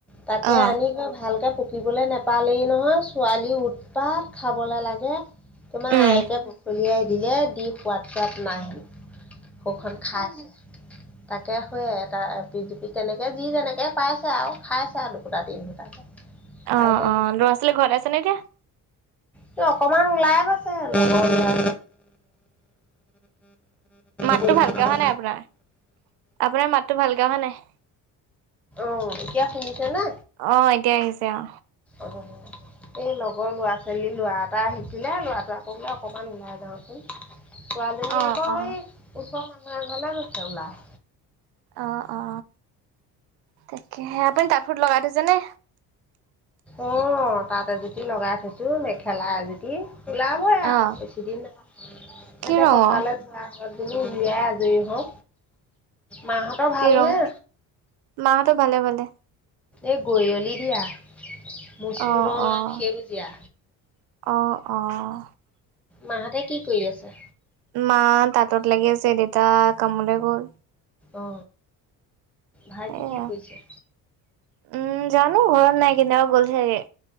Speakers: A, in the centre; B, on the right.
A: তাকে
B: অ
A: আনি কৈ ভাল পকিবলৈ নোপালেই নহয় ছোৱালী উৎপাত খাবলে লাগে তোমাৰ
B: উম
A: আয়েকে বকললিয়াই দিলে দি সোৱাদ চোৱাত নাহিল কখন খাই তাকে শয়ে এ পি জপি কেনেকে যি যেনেকে পাইছে আৰু খাইছে আৰু দুকুটা তিন সুটা খাই
B: অ
A: এতিয়া
B: অ ল'ৰা ছোৱালী ঘৰত আছে নে এতিয়া
A: কি অকমান ওলাই গৈছে লগৰ লৰা
B: মাতটো
A: পৰীক্ষাও
B: ভালকে অহা নাই আপোনাৰ আপোনাৰ মাতটো ভালকে অ হা নাই
A: অ এতিয়া শুনিছে না
B: অ এতিয়া আহিছে অ
A: অ এই লগৰ ল'ৰা ছোৱালী ল'ৰা এটা আহিছিলে ল'ৰাটো আকৌ বোলে অকমান ওলাই যাওঁচোন কোৱজনী
B: অ
A: আকৌ
B: অ
A: এই ওচৰ মানুহৰ এ ঘাললে গৈছে ওলায়
B: অ অ অ তাকেহে আপুনি তাঁত ফুট লগাই দিছে নে
A: অ তাত এজুতি লগাই থৈছো মেখেলা এজুতি ওলাবই আৰু
B: অ
A: বেছি দিন ন তাকে
B: কি ৰঙৰ
A: পথাৰলৈ যোৱাৰ আগত বোলো উলিয়াই আজৰি হও মাহঁতৰ ভালনেে
B: কি ৰং মাহঁতৰ ভালে ভালে
A: এ গৈলি দিয়া মচুৰ
B: আহ
A: ৰং আৰু
B: আহ
A: সেউজীয়া
B: আহ আহ
A: মাহঁতে কি কৰি আছে
B: মা তাঁতত লাগি আছে দেউতা কামলৈ গল
A: অ ভাইটি
B: এয়া
A: কি কৰিছে
B: উম জানো ঘৰত নাই কেতিয়াবা গ'ল চাগে